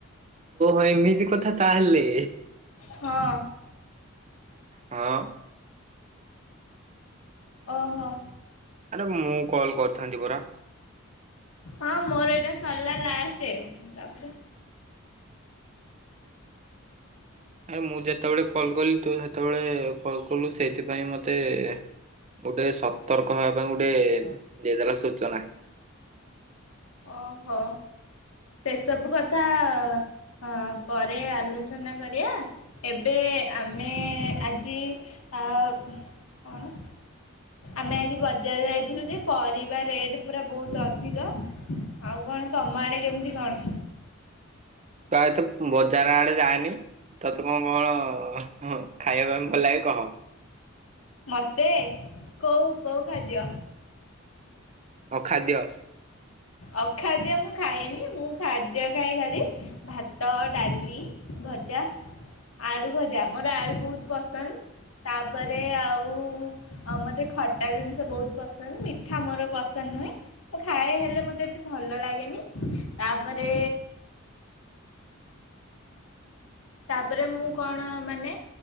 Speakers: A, on the right; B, on the left.
A: ଏମିତି କଥା ତାହେଲେ।
B: ହଁ।
A: ହଁ -ହଁ
B: ଓହୋ।
A: ଆରେ ମୁଁ କଲ୍ କରିଥାନ୍ତି ପରା।
B: ହଁ ମୋର ଏଇଟା ସରିଲା ଲାଷ୍ଟ ତାପରେ,
A: ଆରେ ମୁଁ ଯେତେବେଳେ କଲ୍ କଲି ତୁ ସେତେବେଳେ କଲ କଲୁ ସେଇଥିପାଇଁ ମତେ ଗୋଟେ ସତର୍କ ହେବା ପାଇଁ ଗୋଟେ ଦେଇଦେଲା ସୂଚନା।
B: ଓହୋ ସେସବୁ କଥା ହଁ ପରେ ଆଲୋଚନା କରିବା। ଏବେ ଆମେ ଆଜି, କଣ? ଆମେ ଆଜି ବଜାର ଯାଇଥିଲୁ ଯେ, ପରିବା ରେଟ ପୁରା ବହୁତ ଅଧିକ। ଆଉ କଣ ତମ ଆଡେ କେମିତି କଣ?
A: ପ୍ରାଏତ ବଜାର ଆଡେ ଯାଏନି। ତତେ କଣ କଣ ଖାଇବା ପାଇଁ ଭଲ ଲାଗେ କହ?
B: ମତେ କୋଉ କୋଉ ଖାଦ୍ୟ।
A: ଅଖାଦ୍ୟ।
B: ଅଖାଦ୍ୟ ମୁଁ ଖାଏନି ମୁଁ ଖାଦ୍ୟ ଖଏ ଖାଲି ଭାତ, ଡାଲି ଭଜା ଆଳୁ ଭଜା ମୋର ଆଳୁ ବହୁତ ପସନ୍ଦ ତାପରେ, ଆଉ ମୋତେ ଖଟା ଜିନିଷ ବହୁତ ପସନ୍ଦ ମିଠା ମୋର ପସନ୍ଦ ନୁହେଁ, ମୁଁ ଖାଏ ହେଲେ ମତେ ଏତେ ଭଲ ଲାଗେନି ତାପରେ ତାପରେ ମୁଁ କଣ ମାନେ।